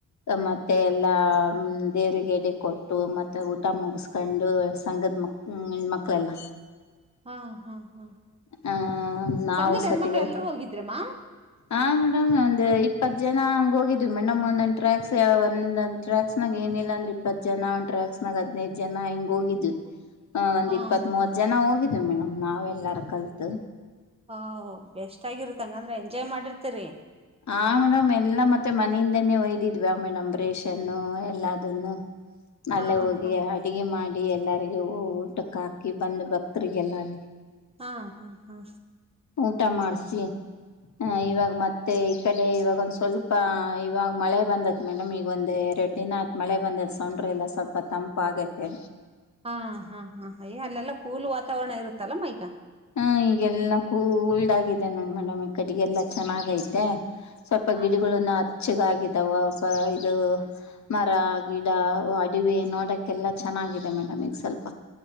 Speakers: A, on the left; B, on the right.
A: ಮತ್ತೆ ಎಲ್ಲಾ ದೇವ್ರಿಗೆ ಎಡೆ ಕೊಟ್ಟು ಮತ್ತ ಊಟ ಮುಗಸ್ಕೊಂಡು ಸಂಘದ ಮಕ್ ಹೆಣ್ಮಕ್ಳೆಲ್ಲ
B: ಹಾ ಹಾ ಹಾ ಹಾ
A: ಹ ನಾವು
B: ಸಂಘದ
A: ಸತಿಗೆ
B: ಹೆಣ್ಮಕ್ಳ ಎಲ್ರೂ ಹೋಗಿದ್ರಮ್ಮ
A: ಆ ಮೇಡಂ ಅಲ್ ಅ ಇಪ್ಪತ್ ಜನ ಹಂಗ ಹೋಗಿದ್ವಿ ಮೇ ನಮ್ ಒಂದೊಂದ್ ಟ್ರ್ಯಾಕ್ಸ್ ಒಂದೊಂದಂದ್ಟ್ರಕ್ಸ್ ನನಾಗ ಏನಿಲ್ಲ ಅಂದ್ರ್ ಇಪ್ಪತ್ ಜನ ಒಂದ ಟ್ರಾಕ್ಸ್ನಾಗ ಹದ್ನೈದ್ ಜನ ಹಿಂಗ್ ಹೋಗಿದ್ವಿ. ಹ ಒಂದ್
B: ಹಾ
A: ಇಪ್ಪತ್ತ್
B: ಹಾ
A: ಮೂವತ್ತ್ ಜನ ಹೋಗಿ ಇದು ಮೇಡಮ್ ನಾವ್ ಎಲ್ಲಾರು ಕಲ್ತು
B: ಹ ಬೆಸ್ಟ್ ಆಗಿರುತ್ತಂಗಂದ್ರ ಎಂಜಾಯ್ ಮಾಡಿರ್ತಿರಿ
A: ಹ ಮೇಡಮ್ ಎಲ್ಲಾ ಮತ್ತೆ ಮನೆಯಿಂದನೇ ಒಯ್ದಿದ್ವ ಮೇಡಮ್ ರೆಷನ್ನು ಎಲ್ಲದನ್ನು
B: ಹಾ
A: ಅಲ್ಲೇ ಹೋಗಿ
B: ಹಾ
A: ಅಡುಗೆ ಮಾಡ್ ಡಿ ಎಲ್ಲರಿಗ ಊಟಕ್ಕೆ ಹಾಕಿ ಬಂದ್ ಭಕ್ತರಿಗೆಲ್ಲ ಅಲ್ಲಿ
B: ಹಾ ಹಾ ಹಾ
A: ಊಟ ಮಾಡ್ಸಿ ಆ ಇವಾಗ ಮತ್ತೆ ಈ ಕಡೆ ಇವಾಗೊಂದ್ ಸ್ವಲ್ಪ ಇವಾಗ ಮಳೆ ಬಂದತ್ ಮೇಡಮ್ ಈಗ ಒಂದ್ ಎರಡ್ ದಿನ ಆತ್ ಮಳೆ ಬಂದದ ಸೊಂಡ್ರೆ ಎಲ್ಲ ಸ್ವಲ್ಪ ತಂಪ ಆಗೈತೆ.
B: ಹಾ ಹಾ ಹಾ ಹಯ ಅಲ್ಲೆಲ್ಲಾ ಕೂಲ್ ವಾತಾವರಣ ಇರು ತಲ್ಲ ಮಾಯಕ
A: ಹಾ ಈಗೆಲ್ಲ ಕೂಲ್ಡ್ ಆಗಿದೆ ನ ಮೇಡಮ್ ಈ ಕಡೆಗೆಲ್ಲಾ ಚೆನ್ನಾಗೈತೆ ಸ್ವಲ್ಪ
B: ಹಾ
A: ಗಿಡಗಳನ್ನ
B: ಹಾ
A: ಹಚ್ಚಗಾಗಿದ್ ತಾವ ಪ ಇದು ಮರ ಗಿಡ ಅಡಿವೆ ನೋಡಕ್ಕೆಲ್ಲ ಚೆನ್ನಾಗಿದೆ ಮೇಡಮ್ ಈಗ ಸ್ವಲ್ಪ